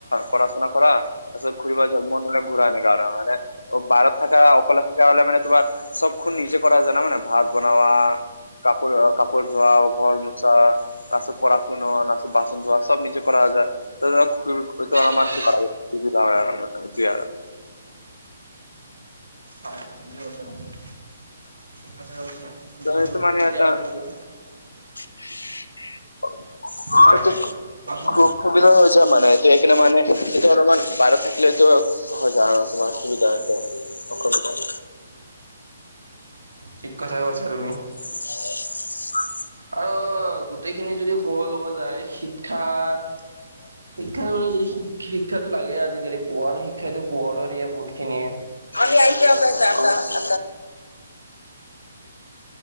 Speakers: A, on the left; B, on the right.
A: পঢ়া শুনা কৰা। আত ঘূৰিব মন নে ঘূৰা নে কাৰণ মানে, বাহত থাককা অকাল থাককা হলে মান তোমাৰ চবখনণ নিজে কৰা য ন মানে ভাত বনোৱা। কাপোৰ কাপোৰ ধোৱা ঘৰ মোচা। <unintelligible> শুনোৱা বাচন ধোৱা সব নিজে কৰা যায়।
B: হয়,
A: মান সুবিধা হয় আমতিয় আৰু
B: হয় হয়। <unintelligible> <unintelligible>
A: তাটো মানে
B: সুবিধা
A: এটা,
B: হয় আৰু
A: <unintelligible>
B: হয় হয় কোৱাচোন
A: খুব সুবিধা হৈ যায় মানে এইটো এইকাৰণে মানে এইটো অলপমান বাহিৰত থাকিলেটো। হৈ যায় আৰু কিব অসুবিধা আছে অসুবিধা,
B: ঠিক কথাই কৈছা তুমি।
A: <unintelligible>
B: আৰু গোটেইখিনি যদি ক'ব লগা যায় শিক্ষাৰ, শিক্ষাৰ মানে যদি শিক্ষাতো লাগে আজিকালি পোহৰ শিক্ষাই পোহৰৰ দিয়া বহুত খিনিয়ে।
A: আমি আহক <unintelligible> আ আ